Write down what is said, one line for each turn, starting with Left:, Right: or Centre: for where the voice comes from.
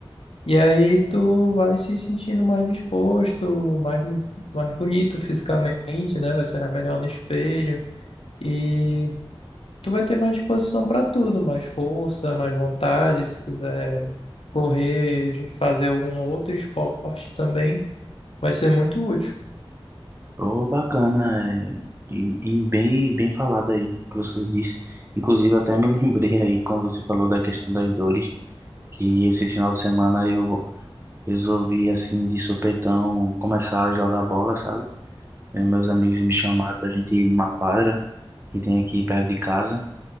Left: E aí tu vai se sentindo mais disposto, mais, mo- mais bonito fisicamente, né? Vai ser melhor no espelho. E tu vai ter mais disposição para tudo, mais força, mais vontade, se quiser correr, fazer algum outro esporte também, vai ser muito útil.
Right: Oh, bacana, é, e, e bem, bem falado aí que você disse. Inclusive, até me lembrei aí quando você falou da questão das dores, que esse final de semana eu resolvi, assim, de supetão, começar a jogar bola, sabe? E meus amigos me chamaram pra gente ir numa quadra que tem aqui perto de casa,